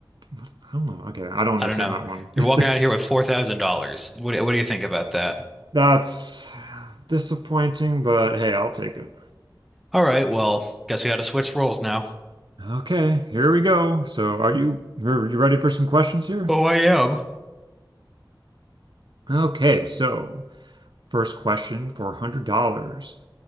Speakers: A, on the right; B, in the centre.
A: I don't know. Okay, I don't understand
B: I don't know.
A: that one.
B: You're
A: <laughs>
B: walking out of here with $4,000. What, do- what do you think about that?
A: That's disappointing, but hey, I'll take it.
B: All right, well, guess we got to switch roles now.
A: Okay, here we go. So, are you are you ready for some questions here?
B: Oh, I am.
A: Okay, so First question for $100.